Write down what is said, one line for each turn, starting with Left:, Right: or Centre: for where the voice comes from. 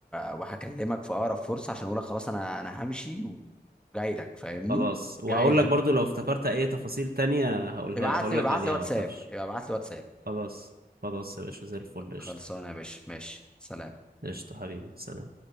Centre: وهكلمك في اقرب فرصه عشان اقولك خلاص انا انا همشي وجاي لك فاهمني
Right: خلاص وهقول
Centre: جاي لك
Right: لك برضو لو افتكرت اي تفاصيل تانية هقولها
Centre: ابعت
Right: هقول
Centre: لي
Right: لك
Centre: ابعت
Right: عليها
Centre: لي واتساب
Right: ما تخافش
Centre: ابعت لي واتساب
Right: خلاص خلاص يا باشا زي الفل قشطة
Centre: خلصانه يا باشا ماشي سلام
Right: قشطة حبيبي سلام